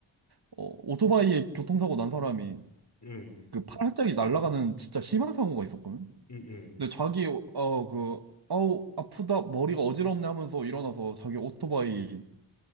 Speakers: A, on the right (about 50°); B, on the left (about 35°).
A: 어, 오토바이에 교통사고 난 사람이
B: 음,
A: 그 팔짝이 날아가는 진짜 심한 사고가 있었거든?
B: 음, 음,
A: 근데 자기, 어, 그, 아우, 아프다, 머리가 어지럽네 하면서 일어나서 자기 오토바이